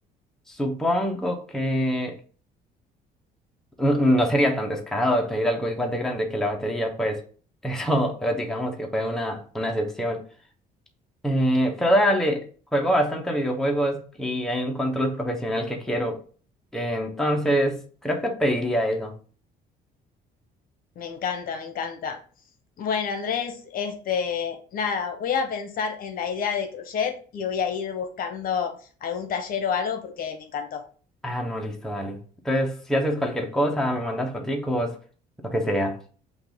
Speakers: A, in the centre; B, on the left.
A: Supongo que n- no sería tan descarado de pedir algo igual de grande que la batería, pues eso <laughs> digamos que fue una, una excepción. Eh, pero dale, juego bastante videojuegos y hay un control profesional que quiero. Eh, entonces, creo que pediría eso.
B: Me encanta, me encanta. Bueno, Andrés, este, nada, voy a pensar en la idea de crochet y voy a ir buscando algún taller o algo porque me encantó.
A: Ah, no, listo, dale. Entonces, si haces cualquier cosa, me mandas foticos, lo que sea.